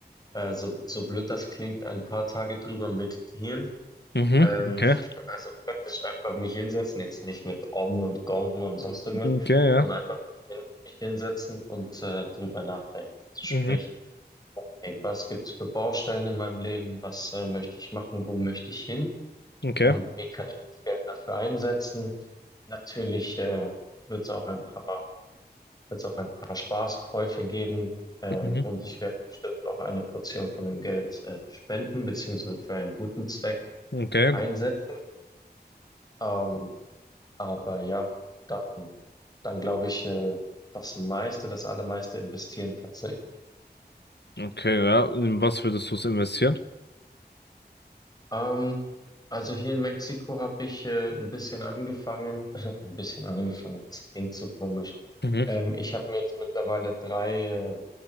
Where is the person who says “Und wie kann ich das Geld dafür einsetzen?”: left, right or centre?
Left